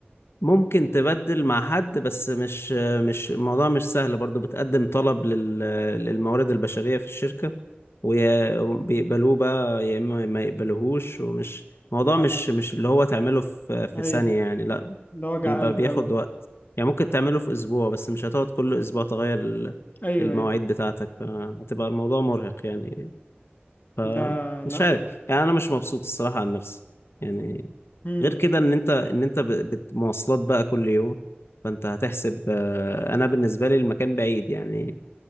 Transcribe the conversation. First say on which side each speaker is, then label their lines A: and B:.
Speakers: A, on the left; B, on the left.
A: ممكن تبدل مع حد بس مش مش الموضوع مش سهل برضو بتقدم طلب لل- للموارد البشرية في الشركة وبيقبلوه بقى يا إما ما يقبلوهوش ومش الموضوع
B: ده
A: مش مش اللي هو تعمله في في
B: ايوه
A: ثانية يعني لا
B: ده وجع
A: بيبقى
B: قلب
A: بياخد
B: قوي
A: وقت يعني ممكن تعمله في أسبوع بس مش هتقعد كل أسبوع تغير ال-
B: ايوه
A: المواعيد
B: ايوه
A: بتاعتك فهتبقى الموضوع مرهق يعني فمش
B: ده لا
A: عارف
B: ده
A: يعني أنا مش مبسوط الصراحة عن نفسي يعني
B: امم
A: غير كده ان انت ان انت ب- بت- مواصلات بقى كل يوم فانت هتحسب آه، انا بالنسبه لي المكان بعيد يعني